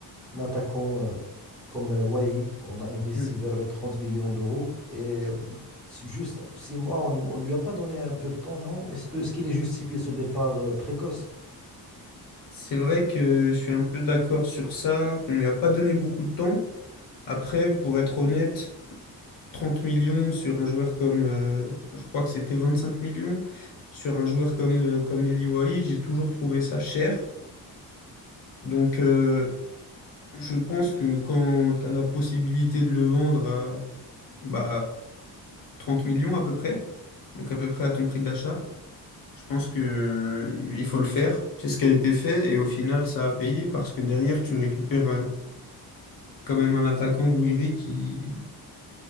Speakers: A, in the centre; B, on the left.
A: un attaquant euh, comme euh, Wai, on a investi
B: Mm.
A: vers les 30 millions d'euros, et euh, c'est juste six mois, on ne lui a pas donné un peu de temps, non? Est-ce que, ce qu'il est justifié ce départ euh, précoce?
B: C'est vrai que je suis un peu d'accord sur ça, qu'on lui a pas donné beaucoup de temps. Après, pour être honnête, 30 millions sur un joueur comme... euh, je crois que c'était 25 millions sur un joueur comme, euh, comme Eli Wahi, j'ai toujours trouvé ça cher. Donc, euh, je pense que quand tu as la possibilité de le vendre à, bah, à 30 millions à peu près, donc à peu près à ton prix d'achat, je pense que, euh, il faut le faire. C'est ce qui a été fait et au final, ça a payé parce que derrière, tu récupères euh, quand même un attaquant Gouiri qui,